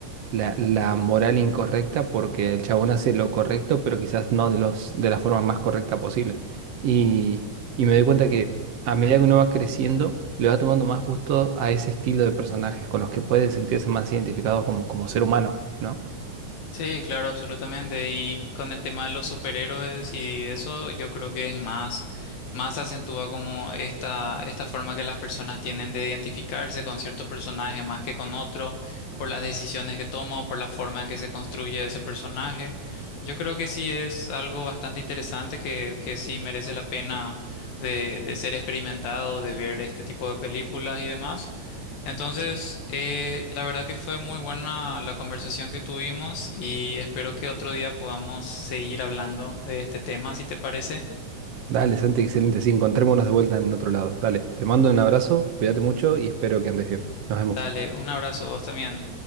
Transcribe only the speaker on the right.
la, la moral incorrecta porque el chabón hace lo correcto, pero quizás no de los, de la forma más correcta posible. Y, y me doy cuenta que a medida que uno va creciendo, le va tomando más gusto a ese estilo de personajes con los que puede sentirse más identificado como, como ser humano, ¿no?
Sí.
Dale, Santi, excelente. Sí, encontrémonos de vuelta en otro lado. Dale, te mando un abrazo, cuídate mucho y espero que andes bien. Nos vemos.